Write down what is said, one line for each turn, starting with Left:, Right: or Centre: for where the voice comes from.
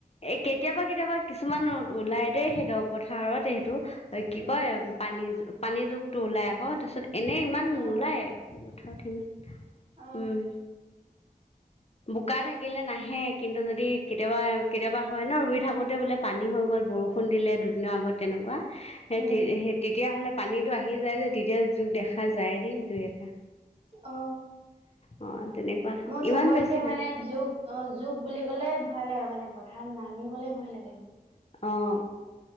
Left: এ, কেতিয়াবা কেতিয়াবা কিছুমান ওলাই দেই সেই দ পথাৰত এইটো। অ' কি
Right: উম।
Left: কয় পানী পানীৰ জুকটো ওলায় আকৌ তাৰপিছত এনেই ইমান
Right: অ',
Left: নোলায় পথাৰত সিমান
Right: অ',
Left: উম। বোকা থাকিলে নাহে কিন্তু যদি কেতিয়াবা কেতিয়াবা হয় ন' ৰুই থাকোতে বোলে পানী হৈ গ'ল, বৰষুণ দিলে দুদিনৰ আগত, তেনেকুৱা সেই
Right: উম,
Left: তেতিয়াহ'লে পানীতো আহি যায় যে, তেতিয়া জোক দেখা যায় দেই দুই এটা।
Right: অ'।
Left: অঁ তেনেকুৱা
Right: মোৰ
Left: ইমান
Right: চবতকে
Left: বেছি নাই
Right: মানে জোক অ' জোক বুলি ক'লে ভয় লাগে মানে পথাৰত নামিবলে ভয় লাগে মোৰ।
Left: অ'।